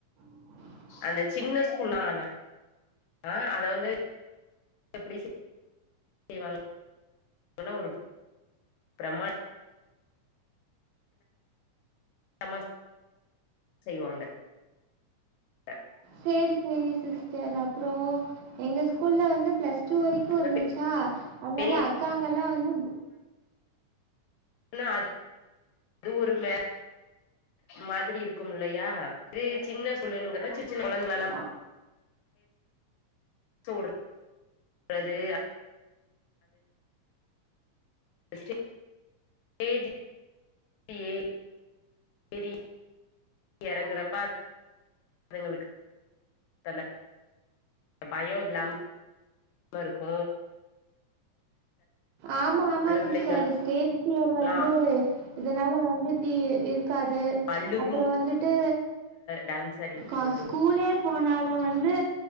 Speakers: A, on the right (about 85°); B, on the left (about 85°).
A: <unintelligible>
B: அந்த சின்ன ஸ்கூல்லான ஆ அத வந்து எப்டி சு இவள் சொல்ல உருப் பிரம்மட் நமாஸ் செய்வாங்க <inaudible>
A: சேரி சேரி சிஸ்டர் அப்றோ எங்க ஸ்கூல்ல வந்து ப்ளஸ் டு வரிக்கு
B: இப்ப
A: இருந்துச்சா அதனால
B: பெரிய
A: அக்காங்கல்லா வந்து
B: என்ன அது ஒரு ம மாதிரி இருக்கும் இல்லயா இதே சின்ன ஸ்கூலுன் கேட்டா
A: அ-
B: சின் <inaudible> <inaudible> ஏறி எறங்குறப்ப அதுங்களுக்கு அந்த பயோ இல்லாம இருக்கு
A: ஆமா ஆமா
B: சில
A: சிஸ்டர்
B: பிள்ளைங்க
A: ஸ்டேஜ் பியர்
B: எல்லா
A: வந்து இதனால வந்து தீ இருக்காது
B: அழுகுங்க
A: அப்புறோ வந்துட்டு
B: டான்ஸ் ஆடிட்டு இருக்கும்போது
A: கா ஸ்கூலே போனாலு வந்து